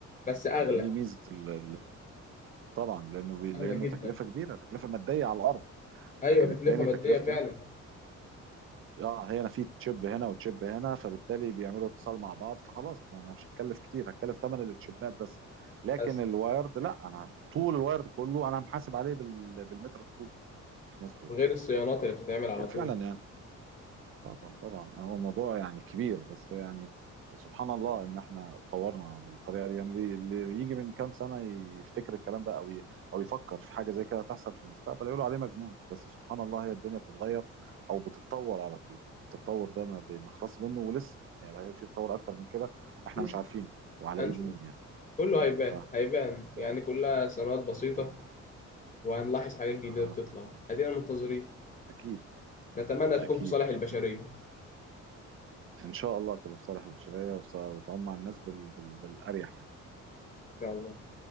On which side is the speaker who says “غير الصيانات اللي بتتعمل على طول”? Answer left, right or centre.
Left